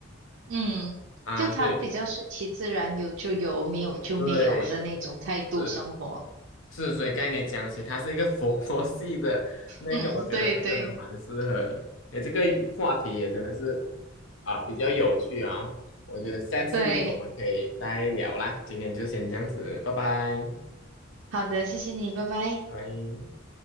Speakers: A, on the right; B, on the left.
A: 嗯，
B: 啊，
A: 就他比较顺其自然，
B: 所以
A: 有就有，没有就没有的那种态度生活。
B: 对。是。是，所以概念讲起，它是一个佛 <laughs> 系的那个，
A: 嗯，
B: 我觉得是真的蛮适合的。
A: 对对
B: 诶，这个话题也真的是啊，比较有趣啊。我觉得下次我们可以再聊啦。
A: 对，
B: 今天就先这样子，拜拜，
A: 好的，谢谢你，拜拜。
B: 拜拜。